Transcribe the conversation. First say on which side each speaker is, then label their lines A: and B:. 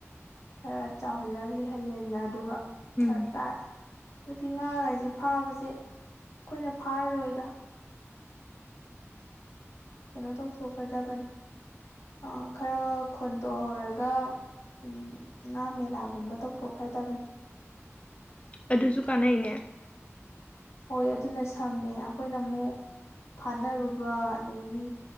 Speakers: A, on the left (about 75°); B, on the left (about 25°).
A: ꯈꯔꯥ ꯆꯥꯎꯍꯜꯂ ꯂꯤꯍꯜꯂꯦꯗꯅ ꯑꯗꯨꯒ <unintelligible>
B: ꯎꯝ
A: ꯆꯥꯁꯤ ꯍꯟꯗꯛꯇꯤ ꯉꯥꯒꯥꯏꯁꯦ ꯐꯕꯁꯦ ꯑꯩꯈꯣꯏꯅ ꯐꯔꯔꯣꯏꯗ ꯀꯩꯅꯣ ꯇꯧꯊꯣꯛꯈꯔꯗꯕꯅꯤ ꯑꯥ ꯈꯔꯒꯥ ꯈꯣꯟꯇꯣꯛꯍꯧꯔꯒ ꯎꯝ ꯉꯥ ꯃꯦꯂꯥꯒꯨꯝꯕ ꯇꯧꯊꯣꯛꯈ꯭ꯔꯗꯕꯅꯤ
B: ꯑꯗꯨꯁꯨ ꯀꯥꯟꯅꯩꯅꯦ
A: ꯍꯣꯏ ꯑꯗꯨꯅ ꯁꯝꯃꯦ ꯑꯩꯈꯣꯏꯅ ꯃꯨꯛ ꯐꯅꯔꯨꯕ ꯑꯗꯩ ꯃꯤ